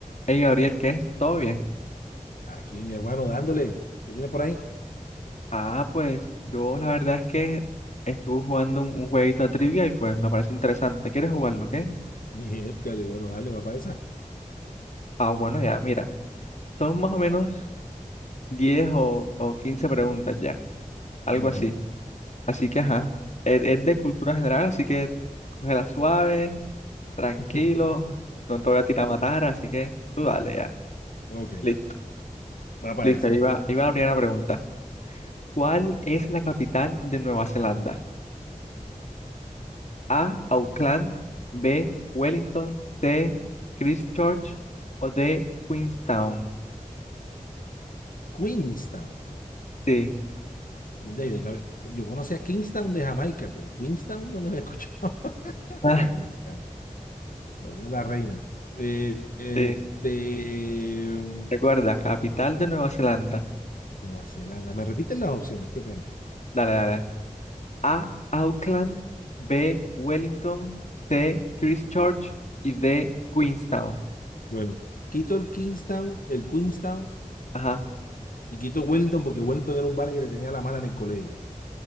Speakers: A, on the left; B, on the left.
A: Hey Gabriel, ¿qué? ¿Todo bien?
B: Aquí, mi hermano, dándole. ¿Qué tiene por ahí?
A: Ah, pues yo la verdad es que estuve jugando un, un jueguito de trivia y pues me parece interesante. ¿Quieres jugarlo, qué?
B: Miércale, bueno, dale, va para esa.
A: Ah, bueno, ya, mira. Son más o menos 10 o, o 15 preguntas ya, algo
B: Ujú.
A: así. Así que, ajá, es, es de cultura general, así que cógela suave, tranquilo,
B: <laughs>
A: no te voy a tirar a matar, así que tú dale ya.
B: Ok,
A: Listo,
B: va para
A: listo,
B: esa.
A: ahí va, ahí va la primera pregunta. ¿Cuál es la capital de Nueva Zelanda? A. Auckland. B. Wellington. C. Christchurch. O D. Queenstown.
B: Queenstown.
A: Sí.
B: De- Yo, yo conocía Kingstown de Jamaica, pero Queenstown no lo he escuchado. <laughs>
A: Ah,
B: Qué vaina bacana. La de la reina. Eh, este.
A: sí. <laughs>
B: mm,
A: Recuerda, capital de Nueva Zelanda.
B: Nueva Zelanda. ¿Me repiten las opciones? Qué pena.
A: Dale, dale. A. Auckland. B. Wellington. C. Christchurch. Y D. Queenstown.
B: Bueno, quito el Kingstown, el Queenstown,
A: Ajá.
B: y quito Wellington porque Wellington era un vale que le tenía la mala en el colegio.